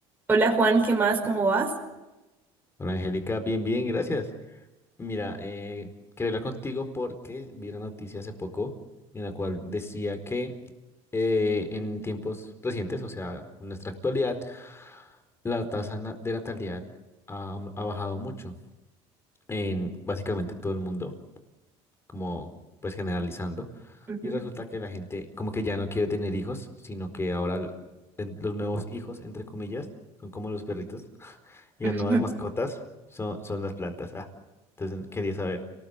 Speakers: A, on the right; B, on the left.
A: Hola Juan, ¿qué más? ¿Cómo vas?
B: Hola Angélica, bien, bien, gracias. Mira, eh, quería hablar contigo porque vi una noticia hace poco en la cual decía que eh, en tiempos recientes, o sea, en nuestra actualidad, la tasa na- de natalidad ha, aum- ha bajado mucho en básicamente todo el mundo como pues generalizando,
A: Ujú.
B: y resulta que la gente como que ya no quiere tener hijos, sino que ahora l- en- los nuevos hijos, entre comillas, son como los perritos, <laughs> y
A: <laughs>
B: las nuevas mascotas son, son las plantas. Ah, entonces quería saber,